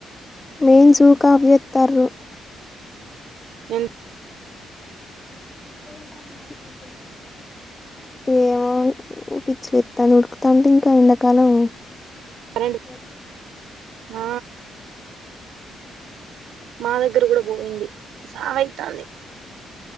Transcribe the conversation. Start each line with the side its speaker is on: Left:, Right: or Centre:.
Left: మెయిన్ సూ కాఫ్ చేతర్రు
Right: ఎన్
Left: పో ఏమో పిచ్చిలస్తాను ఉడుకుతాంటే ఇంకా ఎండాకాలం
Right: కరెంట్
Left: ఇక
Right: ఆ మా దగ్గర కూడా పోయింది సావ అయితది